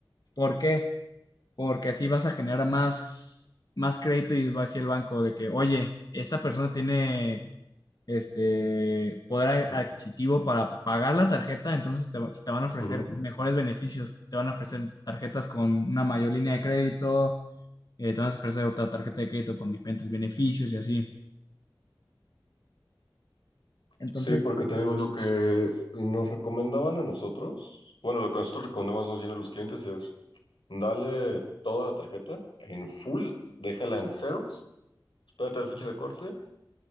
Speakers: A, on the left; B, on the left.
A: ¿Por qué? Porque así vas a generar más, más crédito y va hacia el banco de que, oye, esta persona tiene este poder
B: Mm,
A: a- adquisitivo para pagar la tarjeta, entonces te, va- te van a ofrecer
B: ujú.
A: mejores beneficios, te van a ofrecer tarjetas con una mayor línea de crédito, eh, te van a ofrecer otra tarjeta de crédito con diferentes beneficios y así. Entonces,
B: Sí, porque te digo, lo que nos recomendaban a nosotros, bueno, lo que nosotros recomendamos más bien a los clientes es, dale toda la tarjeta en full, déjala en ceros, espérate a la fecha de corte